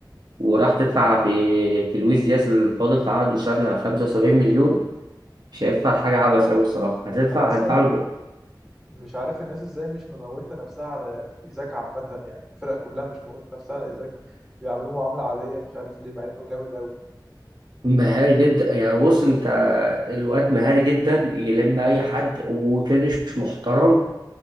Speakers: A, on the right; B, in the centre.
A: وراح تدفع في في لويس دياز الفاضل في عقده سنة 75 مليون شايفها حاجة عبث أوي الصراحة هتدفع
B: أنا أصلا
A: هتدفع له
B: مش عارف الناس ازاي مش مموتة نفسها على ايزاك عامة يعني الفرق كلها مش مموتة نفسها على ايزاك بيعاملوه معاملة عادية مش عارف ليه مع انه جامد اوي
A: مهاري جدا يعني بص انت الواد مهاري جدا يلم اي حد وفينش محترم